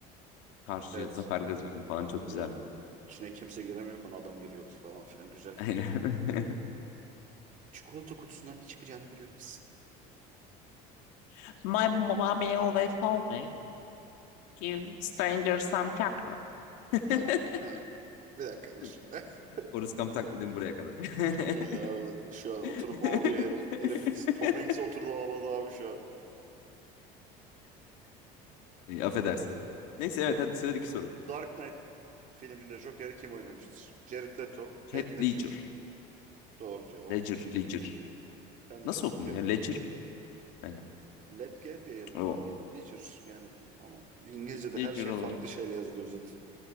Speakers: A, on the left (about 80°); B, on the right (about 45°).
A: karşı
B: Evet.
A: zafer kazandı falan çok
B: Zor.
A: güzeldi.
B: İçine kimse giremiyor konu adam giriyordu falan filan güzel filmdi.
A: Aynen.
B: Çikolata kutusundan ne çıkacağını bilemezsin.
A: <laughs> My mommy always told me, give strangers some chocolate. <laughs>
B: Tamam. Tamam. Bir dakika dur.
A: Tamam.
B: <laughs>
A: Forrest Gump taklidim buraya kadar. <laughs>
B: Çok iyiydi abi. Şu an oturup
A: <laughs>
B: ağlıyor herif. Herifin is- Tom Hanks oturdu ağladı abi şu an.
A: E, affedersin.
B: Ben
A: Neyse
B: de-
A: evet hadi sıradaki soru.
B: Dark Knight Filminde Joker'i kim oynamıştır? Jared Leto, Heath
A: Heath
B: Ledger.
A: Ledger.
B: Doğru cevap.
A: Ledger, Ledger.
B: Ben de
A: Nasıl
B: çok
A: okunuyor
B: okuyamıyorum.
A: ya? Ledger. Yani,
B: Ledger diye yazılıyor.
A: o.
B: Le- Ledger yani ama İngilizce'de
A: Ledger
B: her şey
A: olabilir.
B: farklı şeyle yazılıyor zaten.